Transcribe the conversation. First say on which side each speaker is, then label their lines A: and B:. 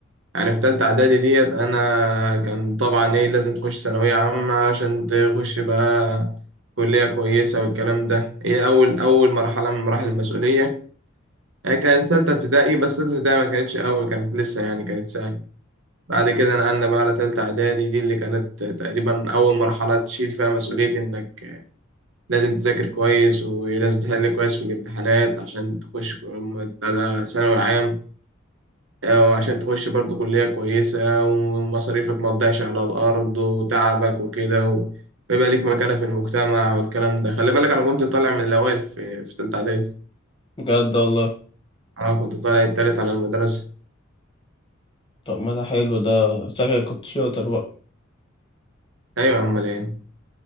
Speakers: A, on the right; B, on the left.
A: يعني في تالتة إعدادي ديت أنا كان طبعا إيه لازم تخش ثانوية عامة عشان تخش بقى كلية كويسة والكلام ده هي أول أول مرحلة من مراحل المسؤولية هي كانت ستة ابتدائي بس ستة ابتدائي ما كانتش أول كانت لسه يعني كانت سهلة بعد كده نقلنا بقى على تالتة إعدادي دي اللي كانت تقريبا أول مرحلة تشيل فيها مسؤولية إنك لازم تذاكر كويس ولازم تحل كويس في الامتحانات عشان تخش كل- بتاع ثانوي عام آه، وعشان تخش برضو كلية كويسة ومصاريفك ما تضيعش على الأرض وتعبك وكده ويبقى ليك مكانة في المجتمع والكلام ده خلي بالك أنا كنت طالع من الأوائل في في تالتة إعدادي
B: بجد والله
A: أنا كنت طالع التالت على المدرسة
B: طب ما ده حلو ده شكلك كنت شاطر بقى
A: أيوة أمال إيه